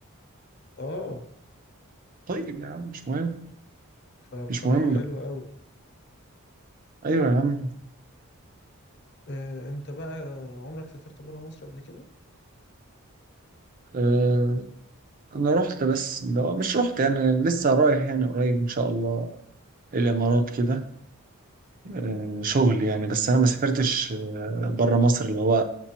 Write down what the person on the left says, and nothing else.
اه
فبصراحة
حلوة أوي
آه انت بقى عمرك سافرت برا مصر قبل كده؟